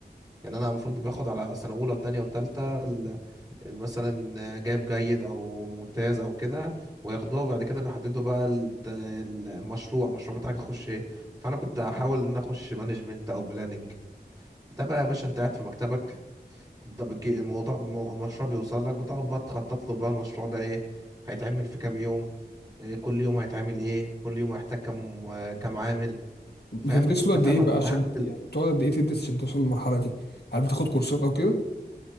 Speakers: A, on the right (about 20°); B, on the left (about 75°).
A: يعني أنا المفروض باخد على سنة أولى وتانية وتالتة مثلا جايب جيد او ممتاز او كده وياخدوها وبعد كده بيحددوا بقى الت- المشروع المشروع بتاعك يخش ايه فانا كنت هحاول ان أنا اخش مانجمنت او بلاننج ده بقى يا باشا انت قاعد في مكتبك ده بتجي- الموضوع مو- المشروع بيوصل لك بتقعد بقى تخطط له بقى المشروع ده ايه هيتعمل في كام يوم إيه كل يوم هيتعمل ايه كل يوم هيحتاج كام كام عامل
B: بتدرس
A: فاهم انت
B: له قد
A: فاهم
B: ايه بقى
A: أنا- ما
B: عشان
A: هت-
B: ت- يعني بتقعد قد ايه تدرس عشان توصل للمرحله دي هل بتاخد كورسات او كده